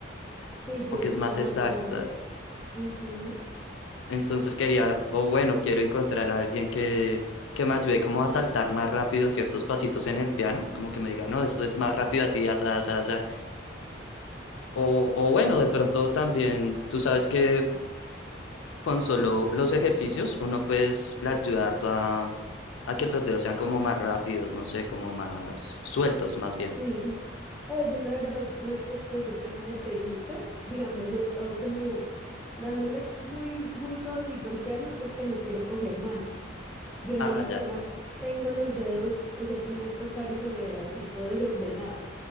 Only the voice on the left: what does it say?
Como que es
más
exacta.
Entonces quería, o bueno, quiero encontrar a alguien que, que me ayude como a saltar más rápido ciertos pasitos en el piano, como que me diga, no, esto es más rápido así, asa, asa, asa. O, o bueno, de pronto también, tú sabes que con solo los ejercicios uno pues le ayuda harto a, a que los dedos sean como más rápidos, no sé, como más sueltos más bien.
Ah,
ya,